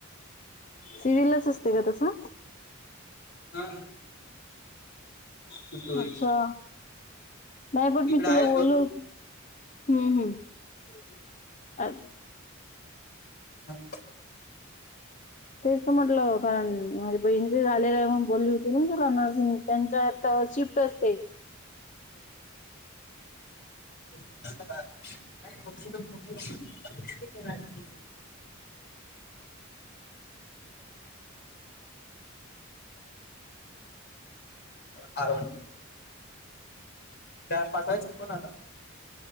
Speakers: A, on the left; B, on the left.
A: सिव्हलाच असते का तसं
B: हा किती होईल
A: अच्छा नाही पण मी
B: इकडं
A: तुला
B: आहे
A: बोलू
B: दोन तीन
A: हम, हमअछ
B: हम
A: तेच तर म्हटलं कारण माझ्या बहीणीच झालेलं आहे म्हण बोलली होती म्ह तुला नर्सिंग त्यांच्यात अ शिफ्ट असते
B: <unintelligible> <unintelligible> अ त्या पाठवायचं कोणाला